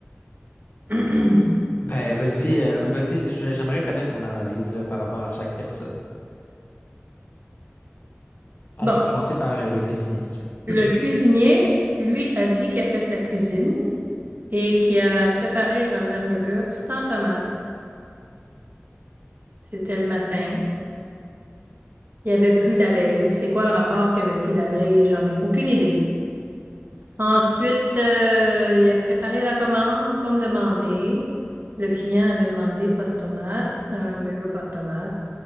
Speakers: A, on the right (about 45°); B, on the left (about 45°).
A: <clears throat>
B: Ben, vas-y, euh, vas-y, je- j'aimerais connaître ton analyse là, par rapport à chaque personne. On
A: Bon,
B: peut commencer par euh, le cuisinier, si tu veux.
A: le cuisinier, lui, a dit qu'il a fait de la cuisine et qu'il a préparé un hamburger sans tomate. C'était le matin. Il n'y avait plus la veille. C'est quoi le rapport qu'il n'y avait plus la veille? J'en ai aucune idée. Ensuite, euh, il a préparé la commande comme demandé. Le client avait demandé pas de tomate, un hamburger, pas de tomate.